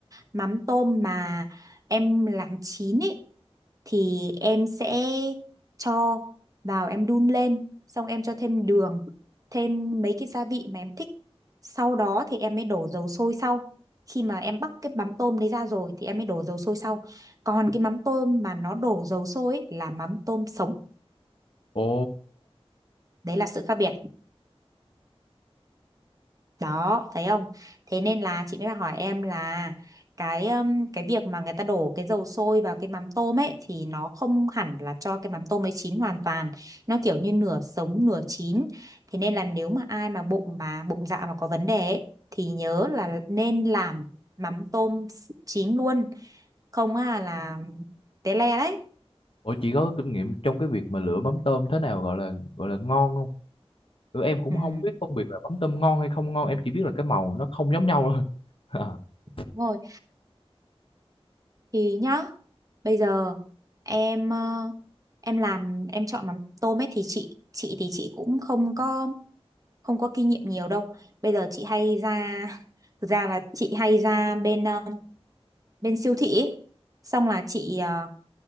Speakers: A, on the right (about 35°); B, on the left (about 60°).
A: mắm tôm mà em làm chín ý thì em sẽ cho vào em đun lên xong em cho thêm đường thêm mấy cái gia vị mà em thích sau đó thì em mới đổ dầu sôi sau khi mà em bắc cái mắm tôm đấy ra rồi thì em mới đổ dầu sôi sau còn cái mắm tôm mà nó đổ dầu sôi ý, là mắm tôm sống
B: Ồ.
A: đấy là sự khác biệt đó thấy không thế nên là chị mới hỏi em là cái um, cái việc mà người ta đổ cái dầu sôi vào cái mắm tôm ấy thì nó không hẳn là cho cái mắm tôm ấy chín hoàn toàn nó kiểu như nửa sống nửa chín thế nên là nếu mà ai mà bụng mà bụng dạ mà có vấn đề ấy, thì nhớ là nên làm mắm tôm s- chín luôn không à là té le đấy
B: Ủa chị có kinh nghiệm trong cái việc mà lựa mắm tôm thế nào gọi là gọi là ngon không? Ừ, em cũng
A: ừ.
B: không biết phân biệt là mắm tôm ngon hay không ngon, em chỉ biết là cái màu nó không giống nhau thôi. <laughs>
A: Đúng rồi. Thì nhá, bây giờ em ờ, em làm em chọn mắm tôm ấy thì chị chị thì chị cũng không có không có kinh nghiệm nhiều đâu. Bây giờ chị hay ra <laughs> thực ra là chị hay ra bên ờ, bên siêu thị ấy. Xong là chị ờ,